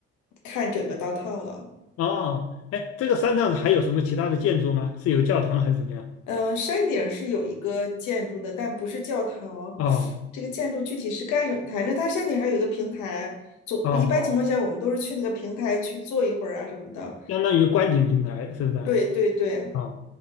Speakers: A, on the left; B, on the left.
A: 看整个 downtown 了。
B: 哦，哎，这个山上还有什么其他的建筑吗？是有教堂还是怎么样？
A: 嗯、呃山顶是有一个建筑的，但不是教堂，
B: 哦
A: 这个建筑具体是干什么？反正它山顶还有一个平台，总一般情况哦下我们都是去那个平台去坐一会儿啊什么的。
B: 哦，相当于观景平台是不是？啊
A: 对对对，
B: 哦